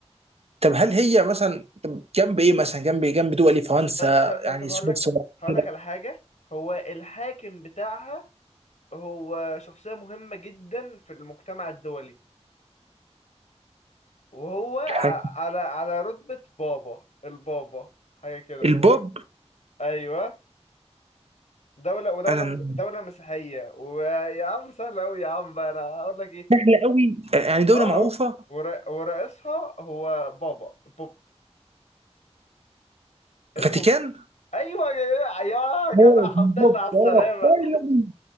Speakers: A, on the right; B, on the left.
A: طب هل هي مثلا طب جنب ايه مثلا جنب إيه؟ جنب دول فرنسا
B: طيب طب طب
A: يعني
B: طب
A: سويسرا
B: هقول لك هقول
A: كده
B: لك على حاجه هو الحاكم بتاعها هو شخصيه مهمه جدا في المجتمع الدولي وهو ع-
A: حاجة.
B: على على رتبه بابا البابا حاجه كده
A: البوب
B: ايوه دولة ودولة
A: انا
B: مس... دولة مسيحية ويا عم سهل أوي يا عم بقى أنا هقول لك إيه
A: لا قوي يعني دوله
B: آه
A: معروفه
B: ور... ورئيسها هو بابا بوب اسمه
A: فاتيكان
B: أيوه يا يا جدع
A: أوه،
B: الحمد
A: البوب
B: لله على السلامة
A: اه فاينلي